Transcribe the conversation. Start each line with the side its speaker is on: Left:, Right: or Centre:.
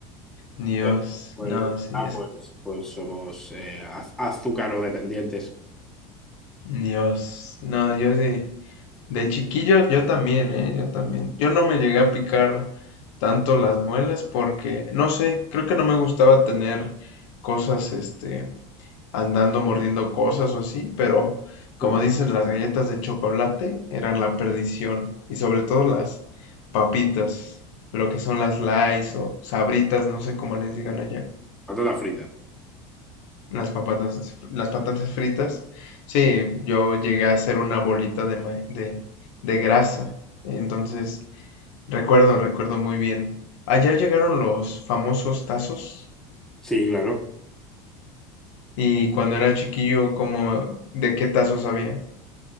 Left: Dios.
Centre: Entonces, pues,
Left: No, sí.
Centre: ah,
Left: Es...
Centre: pues, pues somos eh, az- azucarodependientes.
Left: Dios. No, yo sí. De chiquillo yo también, ¿eh? Yo también. Yo no me llegué a picar tanto las muelas porque, no sé, creo que no me gustaba tener cosas, este, andando mordiendo cosas o así, pero como
Centre: Mm,
Left: dices, las galletas de chocolate eran la perdición y sobre todo las papitas, lo que son las Lays o sabritas, no sé cómo les digan allá,
Centre: patatas fritas.
Left: las patatas, las patatas fritas. Sí, yo llegué a hacer una bolita de, ma- de, de grasa, entonces... Recuerdo, recuerdo muy bien. Allá llegaron los famosos tazos
Centre: Sí, claro.
Left: y cuando era chiquillo, como de qué tazos había.